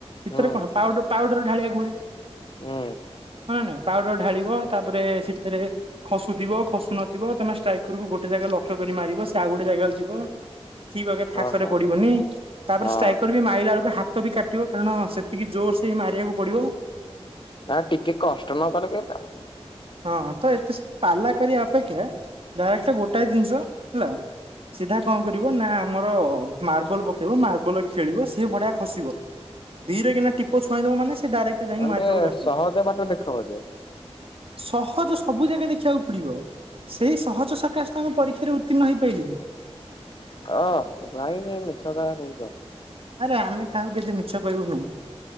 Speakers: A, on the right; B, on the left.
A: ସେଥିରେ
B: ହୁଁ
A: କଣ ପାଉ ପାଉଡର ଢାଳିବାକୁ ହୁଏ।
B: ହୁଁ।
A: ହଁ ନା ନାଇଁ ପାଉଡର ଢାଳିବ। ତାପରେ ସେଥିରେ ଖସୁଥିବ ଖସୁ ନଥିବ ତମେ ଷ୍ଟ୍ରାଇକରକୁ ଗୋଟେ ଜାଗା ଲକ୍ଷ କରି ମାରିବ। ସେ ଆଉ ଗୋଟେ ଜାଗାରେ ଯି ବ ଠିକ ବାଗରେ ଥାକରେ
B: ହଁ ହଁ।
A: ପଡିବନି। ତାପରେ
B: ହଁ
A: ଷ୍ଟ୍ରାଇକର ବି ମାଇଲା ବେଳକୁ ହା ହାତ ବି କାଟିବ କାରଣ ସେତିକି ଜୋର ସେ ମାରିବାକୁ ପଡିବ।
B: ନା ଟିକେ କଷ୍ଟ ନ କଲେ କେମିତି ହବ।
A: ହଁ ତ ଏତେ ସବୁ ପାଲା କରିବା ଅପେକ୍ଷା ଡାଇରେକ୍ଟ ଗୋଟାଏ ଜିନିଷ ହେଲା ସିଧା କଣ କରିବ। ନା ଆମର ମାର୍ବଲ ପକେଇବ ମାର୍ବଲ ଖେଳିବ ସିଏ ବଢିଆ ଖସିବ। ଧିରେ କିନା ଟିପ ଛୁଆଇଁଦବ ମାନେ ସି ଡାଇରେକ୍ଟେ ଜାଇଁକି
B: ତମେ
A: ମାରିଦବ
B: ଟିକେ
A: ଗାତକୁ।
B: ସହଜ ବାଟ ଦେଖ ବୋଧେ
A: ସହଜ ସ ସବୁ ଜାଗା ଦେଖିବାକୁ ପଡିବ। ସେଇ ସହଜ ସକାଶେ ତାଙ୍କ ପରୀକ୍ଷାରେ ଉତ୍ତୀର୍ଣ୍ଣ ହେଇପାରିଲେନି।
B: ଅଁ ଭାଇ କାଇଁ ମିଛ କାଇଁ କହୁଚ।
A: ଆରେ ଆମେ କାହାକୁ କେବେ ମିଛ କହିବୁନୁ।